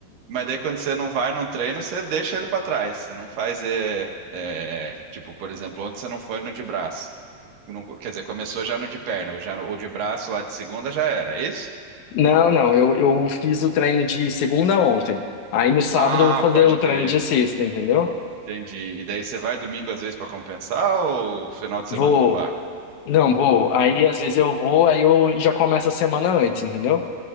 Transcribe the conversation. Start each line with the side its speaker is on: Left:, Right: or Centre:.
Right: Mas daí quando você não vai num treino, você deixa ele para trás. Você não faz, é, é, tipo, por exemplo, ontem você não foi no de braço. Não- quer dizer, começou já no de perna, ou já no- ou de braço lá de segunda já era, é isso?
Left: Não, não, eu, eu fiz o treino de segunda ontem. Aí no sábado
Right: Ah,
Left: eu vou fazer
Right: pode
Left: o
Right: crer.
Left: treino de sexta, entendeu?
Right: Entendi. E daí você vai domingo às vezes para compensar ou final de semana
Left: Vou,
Right: não vai?
Left: não, vou. Aí às vezes eu vou, aí eu já começo a semana antes, entendeu?